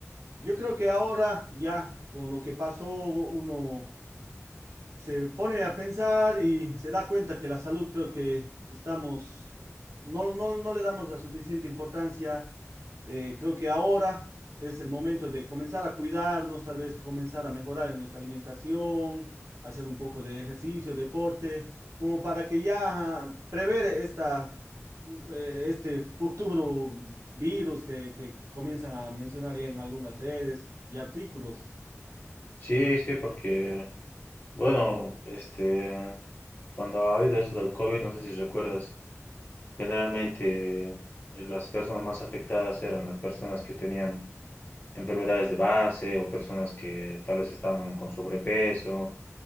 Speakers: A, on the right; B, on the left.
A: yo creo que ahora ya con lo que pasó, uno se pone a pensar y se da cuenta que la salud creo que estamos, no, no, no le damos la suficiente importancia eh, creo que ahora es el momento de comenzar a cuidarnos, tal vez comenzar a mejorar en nuestra alimentación, hacer un poco de ejercicio, deporte, como para que ya prever esta, eh, este futuro virus que, que comienzan a mencionar ya en algunas redes y artículos.
B: Sí, sí, porque Bueno, este, cuando ha habido esto del COVID, no sé si recuerdas, generalmente eh, las personas más afectadas eran las personas que tenían enfermedades de base o personas que tal vez estaban con sobrepeso.